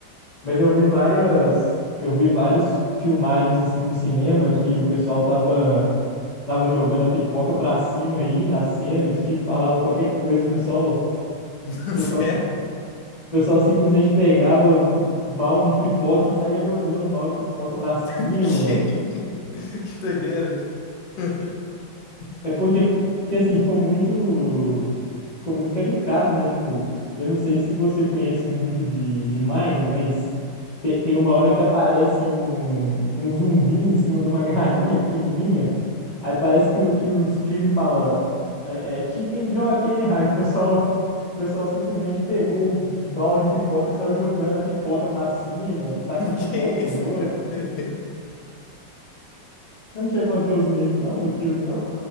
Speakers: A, on the left; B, on the left.
A: Mas eu vi várias, eu vi várias filmagens assim do cinema que o pessoal tava tava jogando a pipoca pra cima aí na cena, o Steve falava qualquer coisa, o pessoal, o
B: é.
A: pessoal,
B: <laughs> Sério?
A: o pessoal simplesmente pegava um balde de pipoca e saía jogando o balde de pipoca pra cima.
B: <laughs> Que, que doideira. <laughs>
A: É, é porque, porque, assim, ficou muito, ficou muito caricato, né? Tipo, eu não sei se você conhece muito de, de Mine, mas te- tem uma hora que aparece um, um zumbi em cima de uma <laughs> galinha pequenininha. Aí parece que o, que o Steve fala, é, é chicken jockey. Aí o pessoal, o pessoal simplesmente pegou o balde de pipoca, saiu jogando a pipoca pra cima, tacando
B: Que
A: pipoca nos
B: isso,
A: outros.
B: cara? Que doideira.
A: Você não chegou a ver os memes, não, do filme, não?